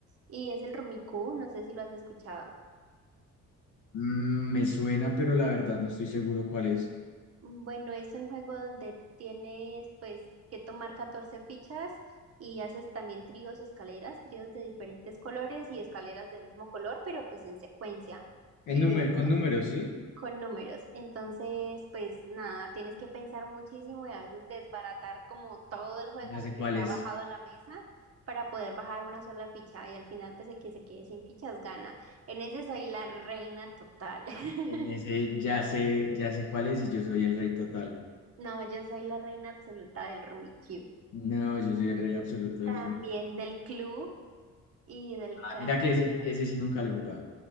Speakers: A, on the right; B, on the left.
A: y es el Rumicú, no sé si lo has escuchado.
B: Mm, me suena, pero la verdad no estoy seguro cuál es.
A: Bueno, es un juego donde tienes pues que tomar 14 fichas y haces también tríos o escaleras, tríos de diferentes colores y escaleras del mismo color, pero pues en secuencia,
B: En
A: eh,
B: número,
A: entonces,
B: con números, ¿sí?
A: con números. Entonces, pues nada, tienes que pensar muchísimo y a veces desbaratar como todo el juego
B: Ya sé
A: que
B: cuál
A: se
B: es.
A: ha bajado a la mesa para poder bajar una sola ficha y al final pues el que se quede sin fichas gana. En ese soy la reina total. <laughs>
B: En ese ya sé, ya sé cuál es y yo soy el rey total.
A: No, yo soy la reina absoluta del Rummikub.
B: No, yo soy el rey absoluto del
A: También
B: rem-
A: del club y del
B: Ah,
A: cráneo.
B: mira que ese, ese sí nunca lo he jugado.